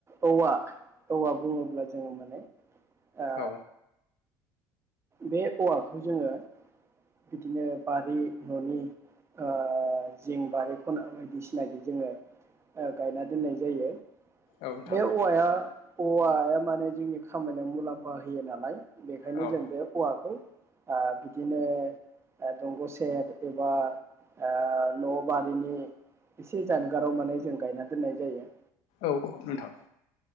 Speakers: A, on the right; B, on the left.
A: औवा औवा बुङोब्ला जोङो माने ओ
B: औ
A: बे औवाखौ जोङो बिदिनो बारि न'नि ओ जिं बारि ख'ना बायदिसिनाखि जोङो गायना दोननाय जायो
B: औ नोंथां
A: बे औवाया औवाया माने जोंनि खामानियाव मुलाम्फा होयो नालाय बेखायनो
B: औ
A: जों बे बेखौ ओ बिदिनो दंग' सेर एबा ओ न' बारिनि एसे जानगाराव माने जों गायना दोननाय जायो ।
B: औ औ नोंथां ।